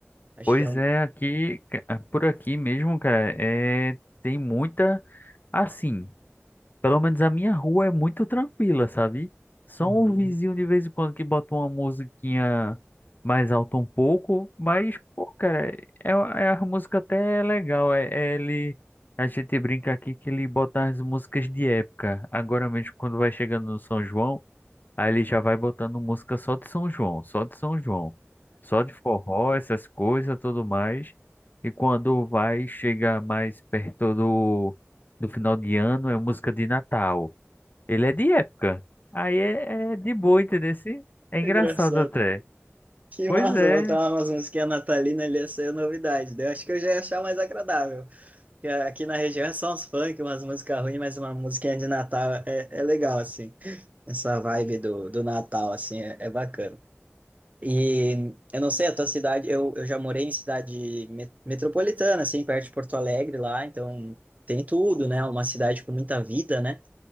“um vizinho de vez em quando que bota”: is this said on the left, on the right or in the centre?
Left